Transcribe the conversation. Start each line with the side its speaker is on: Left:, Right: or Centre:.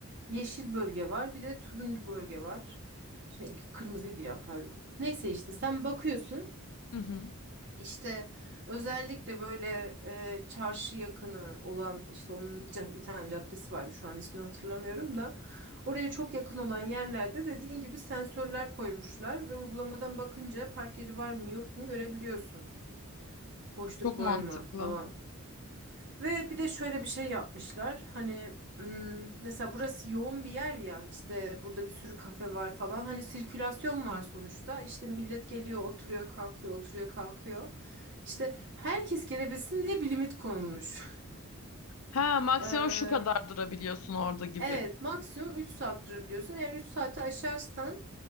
Right: yeşil bölge var, bir de turuncu bölge var. Şey, kırmızıydı ya pardon. Neyse işte sen bakıyorsun.
Left: Hı hı.
Right: İşte özellikle böyle e, çarşı yakını olan işte onun bir ca- bir tane caddesi vardı şu an ismini hatırlamıyorum da oraya çok yakın olan yerlerde dediğin gibi sensörler koymuşlar ve uygulamadan bakınca park yeri var mı yok mu görebiliyorsun. Boşluk
Left: Çok mantıklı.
Right: var mı falan. Ve bir de şöyle bir şey yapmışlar. Hani ım, mesela burası yoğun bir yer ya. işte burada bir sürü kafe var falan. Hani sirkülasyon var sonuçta. İşte millet geliyor, oturuyor, kalkıyor, oturuyor, kalkıyor. İşte herkes gelebilsin diye bir limit konulmuş.
Left: Ha, maksimum
Right: <laughs>
Left: şu kadar durabiliyorsun orada gibi.
Right: Evet, maksimum 3 saat durabiliyorsun. Eğer 3 saati aşarsan